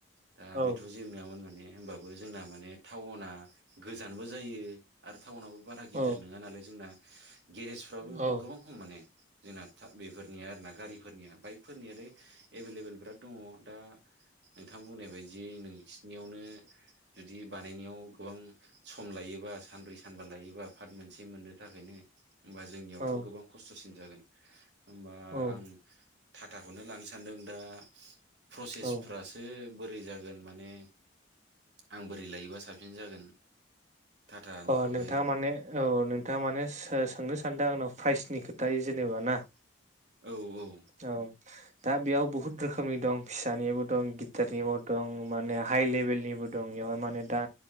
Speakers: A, on the right; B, on the right.
A: दा
B: औ
A: बेथ' जेबो नङामोन माने होनबाबो। जोंना माने टाउना गोजानबो जायो आरो टाउनाबो बारा गिदिर
B: औ
A: नङा नालाय जोंना। गेरेजफ्राबो
B: औ
A: गोबां खम माने जोंना। बेफोरनिया आरो ना गारिफोरनिया बाइकफोरनियालाय। एभेलेबेल बिराद दङ दा नोंथां बुंनाय बायदि नोंसिोरनियावनो। जि बानायनायाव गोबां सम लायोबा सानब्रै सानबा लायोबा फाद मोन से मोननो थाखायनो ओमबा जोंनियावथ
B: औ
A: गोबां खस्थसिन जागोन होमबा
B: औ
A: आं टाटाखौनो लानो सानदों दा प्रसेस
B: औ
A: फ्रासो बोरै बोरै जागोन माने आं बोरै लायोबा साबसिन जागोन टाटानिखौहाय
B: अ नोंथाङा माने औ नोंथाङा माने सोंनो सान दा आंनाव फ्राइसनि खोथायि जेनेबा ना
A: औ औ
B: औ दा बेयाव बुहुद रोखोमनि दं फिसानिबो दं गिटारनिबो दं माने हाइ लेबेलनिबो दं। इआवहाय माने दा